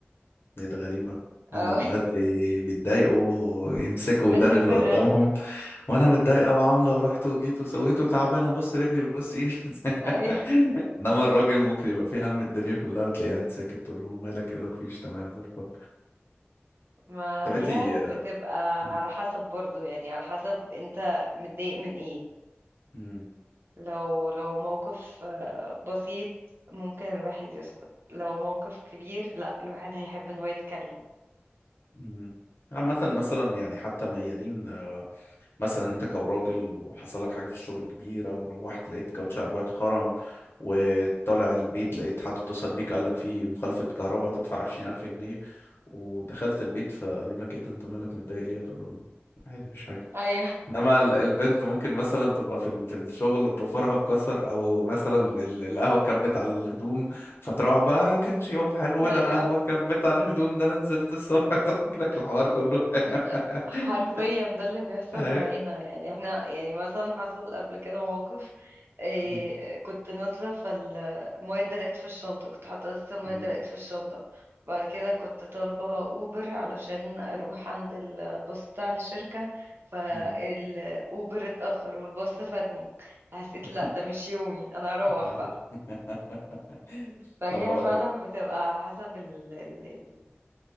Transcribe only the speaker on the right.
أه
<laughs>
بنحب
الرغي
أيوة
ما
هي
بتبقى
على حسب برضه يعني على حسب انت متضايق من ايه
لو لو موقف آه، بسيط ممكن الواحد يسكت لو موقف كبير لا الواحد هيحب ان هو يتكلم
ايوه
<laughs> ايوه
إت- حرفيا ده اللي بيحصل
معانا يعني احنا يعني مثلا حصل قبل كده موقف إيه
كنت نازلة فالمية اتدلقت في الشنطة كنت حاطة أساس المية
اتدلقت في الشنطة بعد كده كنت طالبة أوبر علشان أروح عند الباص بتاع الشركة فالأوبر
اتأخر والباص فاتني حسيت
لا ده مش يومي أنا أروح
بقى
فهي
فعلا
بتبقى على حسب ال ال ال